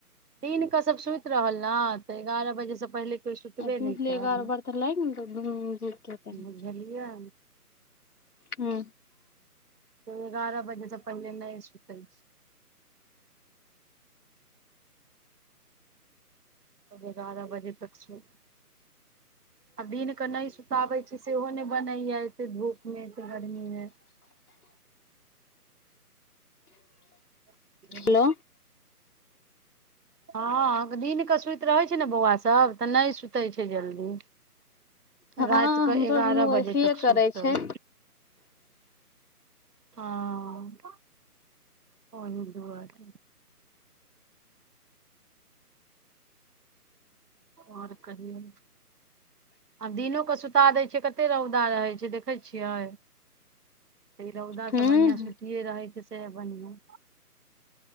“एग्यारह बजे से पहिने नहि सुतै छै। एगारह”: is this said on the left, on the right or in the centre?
Right